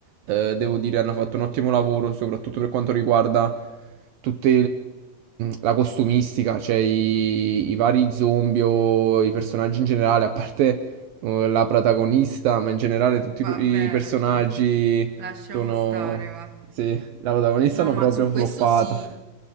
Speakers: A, on the right; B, on the right.
A: eh, devo dire hanno fatto un ottimo lavoro, soprattutto per quanto riguarda tutta la costumistica, cioè i, i vari zombie o i personaggi in generale, a parte eh, la protagonista, ma in generale tutti
B: vabbè,
A: i pro- i personaggi
B: lasciamo, lasciamo
A: sono...
B: stare, va.
A: Sì, la protagonista
B: No,
A: hanno
B: ma
A: proprio
B: su questo
A: floppato.
B: sì.